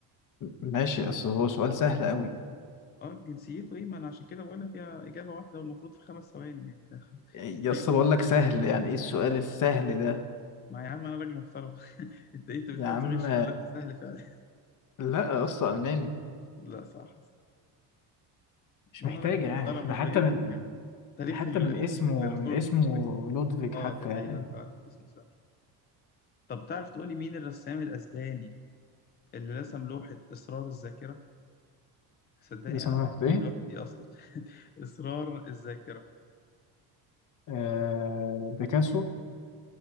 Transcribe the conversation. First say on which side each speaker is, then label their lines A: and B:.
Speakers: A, on the left (about 45°); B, on the left (about 25°).
A: ماشي اصل هو سؤال سهل قوي
B: اه جنسيته ايه ما انا عشان كده بقول لك هي اجابة واحدة والمفروض في خمس ثواني يعني ف... <laughs>
A: يا
B: ايه
A: اسطى
B: قول
A: بقول لك سهل يعني ايه السؤال السهل ده
B: ما يا عم انا راجل محترم <laughs> انت إيه، انت بتحاول
A: يا عم
B: تغش ولا انت سهل فعلا
A: لا يا اسطى الماني
B: <laughs> لا صح صح
A: مش
B: ما
A: محتاجة
B: انا راجل محترم
A: يعني ده
B: مش
A: حتى
B: بجيب
A: من
B: لك تاريخ
A: حتى
B: ال-
A: من
B: ال- ال-
A: اسمه
B: الرسوم
A: من اسمه
B: المتحركة
A: لودفيك
B: اه
A: حتى
B: دي حقيقة
A: يعني
B: فعلا اسمه سهل طب تعرف تقول لي مين الرسام الاسباني اللي رسم لوحة إصرار الذاكرة صدقني
A: لو سمحت
B: انا ما اعرف
A: ايه
B: ايه اللوحه دي اصلا <laughs> اسرار الذاكره
A: آه بيكاسو